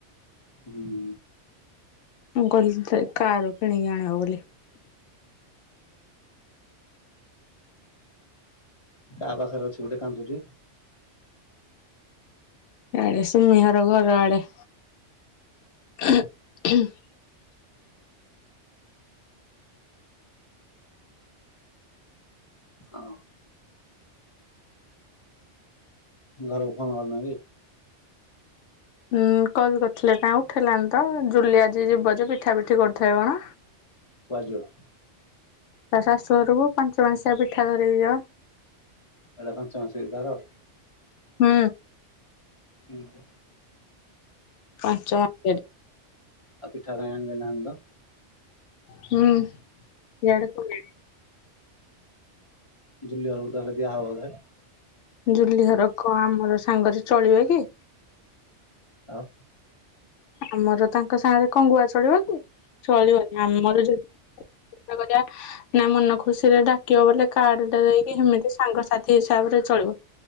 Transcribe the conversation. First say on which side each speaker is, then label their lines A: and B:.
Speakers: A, on the left (about 35°); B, on the left (about 80°).
A: ହୁଁ
B: ମୁଁ କହିଲି କ-କାର କିଣିକି ଆଣିବ ବୋଲି।
A: କାହା ପାଖରେ ଅଛି ଗୋଟେ କାନ୍ଦୁଛି।
B: ଆଡେ ସୁମି ଘର ଘର ଆଡେ। ହ
A: ହଁ। ଘରକୁ ଫୋନ କରିନ କି?
B: ଉୁଁ କଲ କରିଥିଲେ କାଇଁ ଉଠେଇଲାନି ତ ଜୁଲି ଆଜି ଯିବ ଯେ ପିଠା ପିଠି କରୁଥାଏ କଣ।
A: କୁଆଡ଼େ ଯିବ।
B: ତା ଶାଶୁ ଘରକୁ ପାଞ୍ଚ ମସିଆ ପିଠା ଧରିକି ଯିବ।
A: ଏଟା ପଞ୍ଚମାସ କି ତାର।
B: ହୁଁ
A: ହୁଁ।
B: ପାଞ୍ଚ ମା <inaudible> ଟେ।
A: ଆଉ ପିଠା କାହିଁ ଆଣି ଦେଇ ନାହାନ୍ତି ତ।
B: ହୁଁ ଇଆଡେ ହୁଏନି।
A: ଜୁ୍ଲି ଘରକୁ ତାହେଲେ ଦିଅ ହବ ବଧେ।
B: ଜୁଲି ଘର କଣ ଆମର ସାଙ୍ଗରେ ଚଳିବେ କି।
A: ଆଉ।
B: ଆମର ତା ତାଙ୍କ ସାଙ୍ଗରେ ଙ୍କ ଗୁଆ ଚଳିବ କି ଚଳିବନି ଆମର ଯଦି <inaudible> କରିବା। ନା ମନ ଖୁସିରେ ଡାକିବ ବୋ କାର୍ଡଟା ଦେଇକି ସେମିତି ସାଙ୍ଗସଥି ହିସାବରେ। ଚଳିବ